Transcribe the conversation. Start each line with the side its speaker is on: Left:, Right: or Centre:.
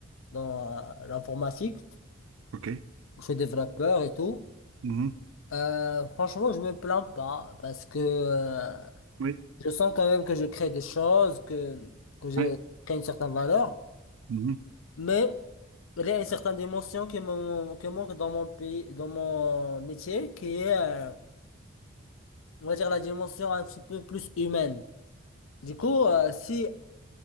Left: dans euh, l'informatique.
Right: OK.
Left: Je suis développeur et tout.
Right: Mhm.
Left: Euh, franchement, je me plains pas parce que euh,
Right: Oui.
Left: je sens quand même que je crée des choses, que, que je
Right: Oui.
Left: crée une certaine valeur.
Right: Mhm.
Left: Mais il y a une certaine dimension qui me, qui manque dans mon pays, dans mon métier, qui est, euh, on va dire, la dimension un petit peu plus humaine. Du coup, euh, si